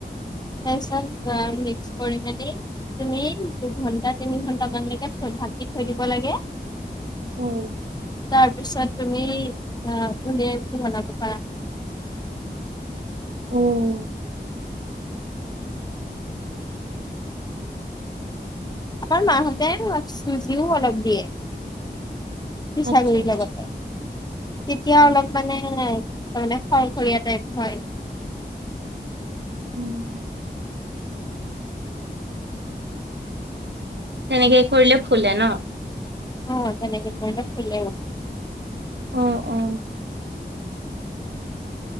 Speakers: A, on the left; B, on the right.
A: তাৰপিছত মিক্স কৰি মেলি তুমি দুঘন্টা তিনি ঘন্টা মানলৈকে থ ঢাকি থৈ দিব লাগে
B: উম।
A: তাৰপিছত তুমি ধুনীয়াকে বনাব পাৰা।
B: উম
A: আমাৰ মাহঁতে চুজিও অলপ দিয়ে। পিচাগুৰি
B: আচ্ছা আচ্ছা
A: লগতে। তেতিয়া অলপ মানে মানে ফলসৰীয়া টাইপ হয়।
B: ওম। তেনেকে কৰিলে ফুলে ন?
A: অ তেনেকে কৰিলে ফুলেও।
B: অ অ।